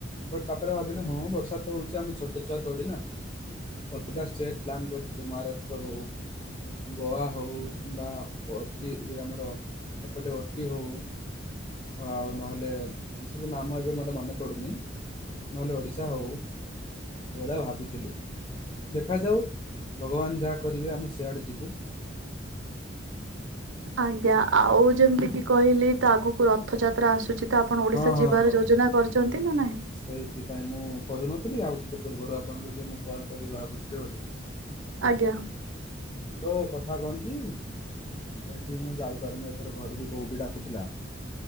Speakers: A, on the left; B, on the right.
A: ବଟ ତାପରେ ଭାବିଲେ ହଁ ବର୍ଷା ତ ହଉଛି ଆମେ ଛୋଟଛୁଆ ଥୋଡି ନା ଅଲଗା ଷ୍ଟେଟ୍ ପ୍ଲାନ୍ କରିଥିଲୁ ମହାରାଷ୍ଟ୍ର ହୋଉ। ଗୋଆ ହଉ କିମ୍ବା ଅତି ଇଏ ଆମର ଏପଟେ ଓଟି ହୋଉ। ହଁ ଆଉ ନହେଲେ ସବୁ ନାମ ଏବେ ମୋତେ ମନେ ପଡ଼ୁନି ନହେଲେ ଓଡ଼ିଶା ହଉ। ସେ ଭଳିଆ ଭାବିଥିଲୁ, ଦେଖାଯାଉ ଭଗବାନ ଯାହା କରିବେ ଆମେ ସେଆଡ଼େ ଯିବୁ।
B: ଆଜ୍ଞା ଆଉ ଯେମିତି କି କହିଲି ତ ଆଗକୁ ରଥଯାତ୍ରା ଆସୁଛି। ତ ଆପଣ ଓଡିଶା
A: ହଁ ହଁ
B: ଯିବାର
A: ହଁ
B: ଯୋଜନା କରିଛନ୍ତି ନା ନାହିଁ?
A: ସେଇଥିପାଇଁ ମୁଁ କହିହୁନଥିଲି ଆଉ ଟିକଏ ପୂର୍ବରୁ ଆପଣଙ୍କୁ ଯେ ମୁଁ କଲ୍ କରିକି ଭାବୁଥିଲି ବୋଲି।
B: ଆଜ୍ଞା।
A: ତ କଥା କଣ କି? ଏଠି ମୁଁ ଯାଇପାରୁନି ଏଥର ଘରୁ ବି ବୋଉ ବି ଡାକୁଥିଲା।